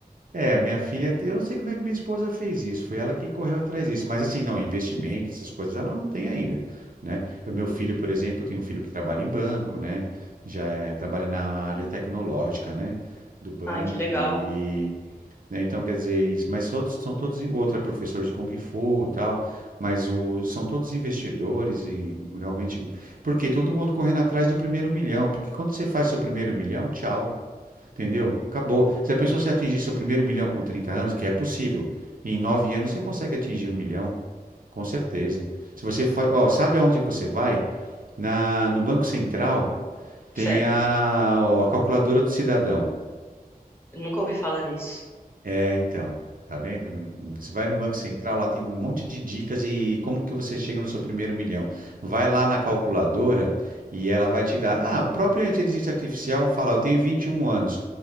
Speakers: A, on the right; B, on the left.
A: É, minha filha, eu não sei como é que minha esposa fez isso, foi ela que correu atrás disso, mas assim, não, investimento, essas coisas ela não tem ainda, né? O meu filho, por exemplo, tem um filho que trabalha em banco, né? Já é, trabalha na área tecnológica, né? Do banco
B: Ai, que legal.
A: e, né? Então, quer dizer, isso- mas outros são todos, o outro é professor de Kung Fu e tal, mas o, são todos investidores e realmente, porque todo mundo correndo atrás do primeiro milhão, porque quando você faz seu primeiro milhão, tchau. Entendeu? Acabou. Já pensou se atingir seu primeiro milhão com 30 anos? Que é possível. Em nove anos você consegue atingir um milhão. Com certeza. Se você fa... ó, sabe aonde você vai? Na... No Banco Central
B: Certo.
A: tem a... a calculadora do cidadão.
B: Eu Nunca ouvi falar nisso.
A: É, então, tá vendo? No- Você vai no Banco Central, lá tem um monte de dicas e como que você chega no seu primeiro milhão. Vai lá na calculadora e ela vai te dar. Ah, o próprio inteligência artificial fala, eu tenho 21 anos.